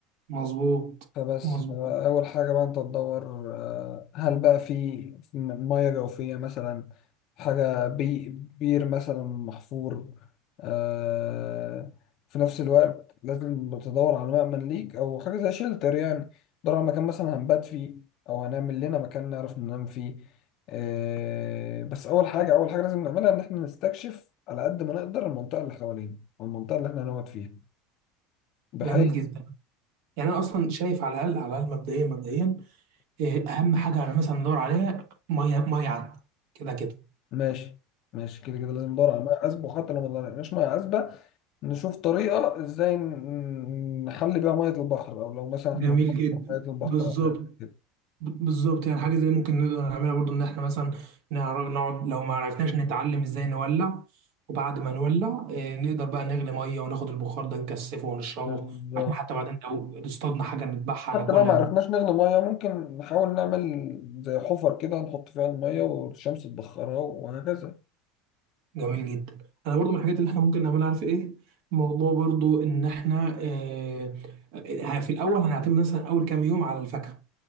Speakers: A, on the right; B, on the left.
A: مظبوط
B: فبس
A: مظبوط
B: فأول حاجة بقى أنت تدور آه، هل بقى في في مياه جوفية مثلا حاجة بي بير مثلا محفور آه، في نفس الوقت لازم تدور على مأمن ليك أو حاجة زي شيلتر يعني تدور على مكان مثلا هنبات فيه أو هنعمل لنا مكان نعرف ننام فيه آه، بس أول حاجة أول حاجة لازم نعملها إن إحنا نستكشف على قد ما نقدر المنطقة اللي حوالينا والمنطقة اللي إحنا هنقعد فيها بحيث
A: جميل جدا يعني انا اصلا شايف على الاقل على الاقل مبدئيا مبدئيا إيه اهم حاجة على مثلا ندور عليها مية مية عذبة كده كده
B: ماشي ماشي كده كده لازم ندور على ميه عذبه وحتى لو ما لقيناش ميه عذبه نشوف طريقه ازاي ن- نحل بيها ميه البحر او لو مثلا احنا
A: جميل
B: بنحط
A: جدا
B: ميه البحر
A: بالظبط
B: أو حاجة كده
A: ب- بالظبط يعني حاجه زي دي ممكن نقدر نعملها برضو ان احنا مثلا نعرف نقعد لو ما عرفناش نتعلم ازاي نولع وبعد ما نولع آه، نقدر بقى نغلي ميه وناخد البخار ده نكثفه ونشربه
B: بالظبط
A: عشان حتى بعدين لو اصطادنا حاجه نذبحها
B: حتى
A: ناكلها
B: لو ما عرفناش نغلي ميه ممكن نحاول نعمل زي حفر كده نحط فيها الميه والشمس تبخرها وهكذا
A: جميل جدا انا برضو من الحاجات اللي احنا ممكن نعملها عارف ايه موضوع برضو ان احنا آه، آه، في الاول هنعتمد مثلا اول كام يوم على الفاكهه